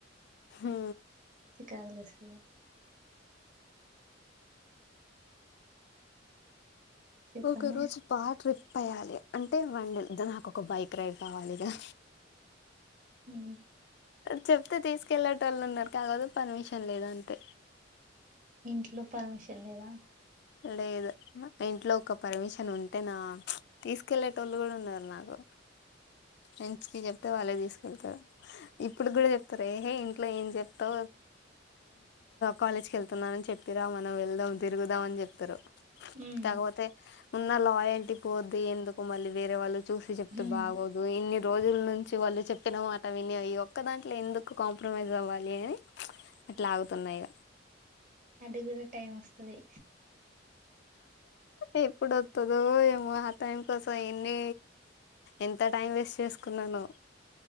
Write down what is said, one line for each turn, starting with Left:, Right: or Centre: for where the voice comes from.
Left: ఉ
Right: త్యాగలేస్తది చెప్పండి
Left: ఒక్కరోజు పాత్ర పోయాలి అంటే వడి నాకు ఒక బైక్ రైడ్ కావాలి ర
Right: ఉ
Left: చెప్తే తీసుకెళ్లేటోళ్లున్నారు కాకపోతె పర్మిషన్ లేదు అంతె
Right: ఇంట్లో పర్మిషన్ లేదా
Left: లేదు ఇంట్లో ఒక పర్మిషన్ ఉంటే నా తీసుకెళ్ళేటోళ్ళు గూడ ఉన్నారు నాకు ఫ్రెండ్స్ కి చెప్ప వాళ్ళే తీసుకెళ్తారు ఇప్పుడు కూడా జెప్తారు ఏహే ఇంట్లో ఏం జెప్తా కాలేజ్ క వెళ్తున్నానని చెప్పిరా మనం వెళ్దాం తిరుగుదాం అని చెప్ తరు
Right: మ్మ్
Left: కాకపోతే ఉన్నాలోయ ల్టీ పోద్దు ఎందుకు మళ్ళీ వేరే వాళ్ళు చూసి చెప్తే
Right: మ్మ్
Left: బాగోదు ఇన్ని రోజుల నుంచి వాళ్ళు చెప్పిన మాట విని అయ్యా ఒక్కదాంట్లో ఎందుకు కాంప్రమైజ్ అవ్వాలి అని అట్లా ఆగుతున్నాయి
Right: అది గూడా టైం వస్తది
Left: ఎప్పుడు ఒత్తుదో ఏమో ఆ టైం కోసం ఎన్ని ఎంత టైం వేస్ట్ చేసుకున్నాను